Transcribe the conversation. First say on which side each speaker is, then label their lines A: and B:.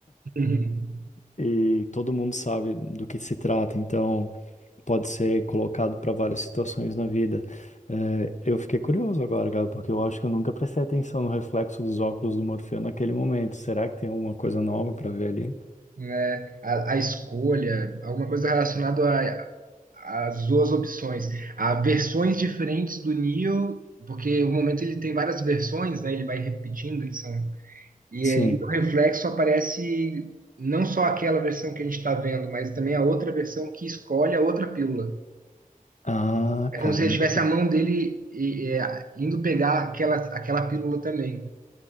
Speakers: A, on the right; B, on the left.
A: Uhum.
B: e todo mundo sabe do que se trata, então pode ser colocado para várias situações na vida. É, eu fiquei curioso agora, cara, porque eu acho que eu nunca prestei atenção no reflexo dos óculos do Morfeu naquele momento. Será que tem alguma coisa nova para ver ali?
A: né? A, a escolha, alguma coisa relacionada às duas opções. Há versões diferentes do Neo, porque o momento ele tem várias versões, né? Ele vai repetindo, eles são... E
B: Sim.
A: ali no reflexo aparece não só aquela versão que a gente está vendo, mas também a outra versão que escolhe a outra pílula.
B: Ah,
A: É como
B: cara,
A: se
B: eu
A: ele
B: nunca
A: tivesse
B: prestei.
A: a mão dele e, e, indo pegar aquela, aquela pílula também.